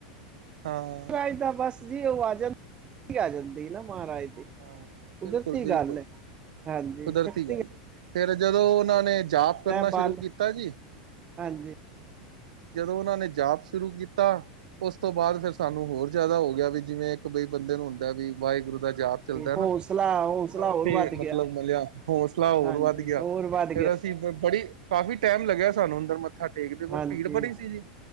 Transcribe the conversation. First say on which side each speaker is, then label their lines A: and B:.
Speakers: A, on the right; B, on the right.
A: ਹਾਂ।
B: ਮਹਾਰਾਜ ਬਸ ਜੀ ਉਹ ਆ ਜਾਂਦੀ, ਆ ਜਾਂਦੀ ਨਾ ਮਹਾਰਾਜ ਦੀ।
A: ਹਾਂ
B: ਕੁਦਰਤੀ
A: ਬਿਲਕੁਲ ਬਿਲਕੁਲ
B: ਗੱਲ, ਹਾਂਜੀ
A: ਕੁਦਰਤੀ
B: ਸ਼ਕਤੀ
A: ਗੱਲ
B: ਆ
A: ਹੈ ਫੇਰ ਜਦੋਂ ਉਹਨਾਂ ਨੇ ਜਾਪ ਕਰਨਾ
B: ਬਲ
A: ਸ਼ੁਰੂ ਕੀਤਾ ਜੀ
B: ਹਾਂਜੀ
A: ਜਦੋਂ ਉਹਨਾਂ ਨੇ ਜਾਪ ਸ਼ੁਰੂ ਕੀਤਾ ਉਸ ਤੋਂ ਬਾਅਦ ਫਿਰ ਸਾਨੂੰ ਹੋਰ ਜ਼ਿਆਦਾ ਹੋ ਗਿਆ, ਵੀ ਜਿਵੇਂ ਇੱਕ ਬਈ ਬੰਦੇ ਨੂੰ ਹੁੰਦਾ ਵੀ ਵਾਹਿਗੁਰੂ ਦਾ ਜਾਪ ਚੱਲਦਾ ਨਾ,
B: ਹੌਸਲਾ ਹੌਸਲਾ
A: ਉੱਥੇ
B: ਹੋਰ ਵੱਧ
A: ਮਤਲਬ
B: ਗਿਆ
A: ਮਿਲਿਆ ਹੌਸਲਾ ਹੋਰ
B: ਹਾਂਜੀ
A: ਵੱਧ ਗਿਆ,
B: ਹੋਰ ਵੱਧ
A: ਫੇਰ
B: ਗਿਆ
A: ਭੀੜ ਬੜੀ ਕਾਫੀ ਟੈਮ ਲੱਗਿਆ ਸਾਨੂੰ ਅੰਦਰ ਮੱਥਾ ਟੇਕਦੇ, ਬ
B: ਹਾਂਜੀ
A: ਭੀੜ ਬੜੀ ਸੀ ਜੀ।